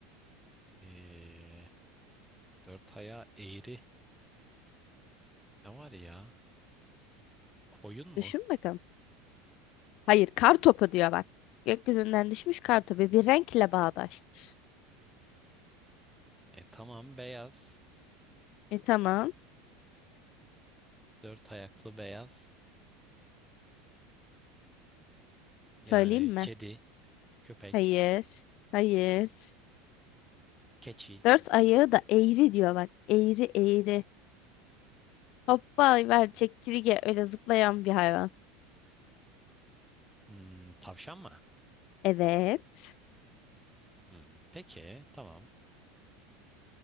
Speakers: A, in the centre; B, on the left.
A: Ee, dört ayağı eğri. Ne var ya? Koyun mu?
B: Düşün bakalım. Hayır, kar topu diyor bak. Gökyüzünden düşmüş kar topu bir renkle bağdaştır.
A: E tamam beyaz.
B: E tamam.
A: Dört ayaklı beyaz. Yani
B: Söyleyeyim mi?
A: kedi, köpek.
B: Hayır. Hayır.
A: Keçi.
B: Dört ayağı da eğri diyor bak. Eğri eğri. Hoppa ver çekirge öyle zıplayan bir hayvan.
A: Hmm, tavşan mı?
B: Evet.
A: Hmm, peki tamam.